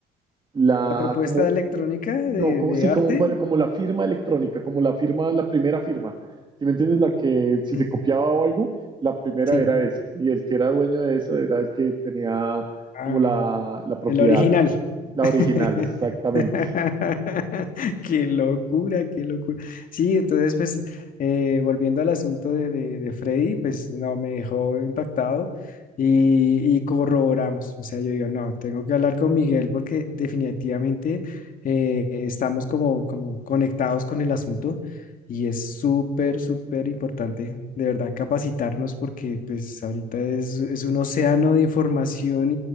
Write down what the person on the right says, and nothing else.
la,
como,
no, como,
sí,
como, por- como la firma electrónica, como la firma, la primera firma. ¿sí me entiendes? La que si
se copiaba o algo, la primera
era esa. Y el que era dueño de eso era el que tenía
como la, la propiedad,
la original, exactamente.